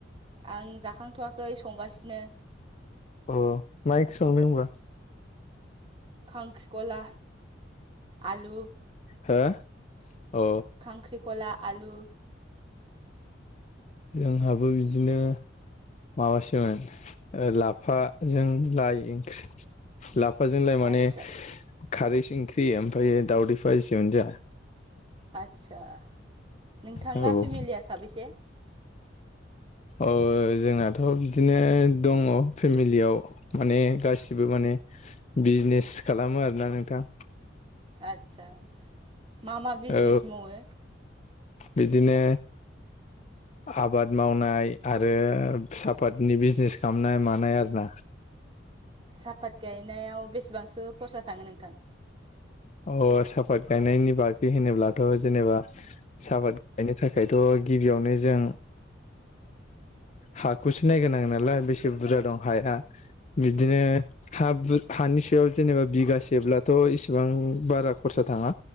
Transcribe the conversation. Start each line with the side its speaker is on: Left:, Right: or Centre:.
Right: आं जाखांथ'वाखै संगासिनो।
Left: अ मा एंख्रि संदों होनबा?
Right: खांख्रिखला आलु
Left: हो? अ
Right: खांख्रिखला आलु
Left: जोंहाबो बिदिनो माबासोमोन लाफा जों लाइ ओंख्रि लाफाजों लाइ माने
Right: आदसा
Left: खारै ओंख्रि ओमफ्राय दावदै फाजिसोमोन जोंहा
Right: आदसा नोंथां
Left: औ
Right: फेमिलिया साबेसे? <inaudible>
Left: ओ जोंनाथ' बिदिनो दङ फेमिलियाव माने गासिबो माने बिजनेस खालामो आरोना नोंथां।
Right: आस्सा मा मा बिजनेस
Left: औ
Right: मावो?
Left: बिदिनो आबाद। मावनाय आरो सापातनि बिजनेस खालामनाय मानाय आरो ना?
Right: साफात गायनायाव बेसेबांसो खरसा थाङो नोंथां?
Left: अ साफात गायनायनि बागै होनोब्लाथ' जेनेबा सापाद गायनो थाखायथ' गिबियावनो जों हा खौसो नायगोरनांगोन। नालाय बेसे बुरजा दं हाया बिदिनो हा-हानि सायाव जेनेबा बिगा जेब्लाथ' इसिबां बारा खरसा थाङा।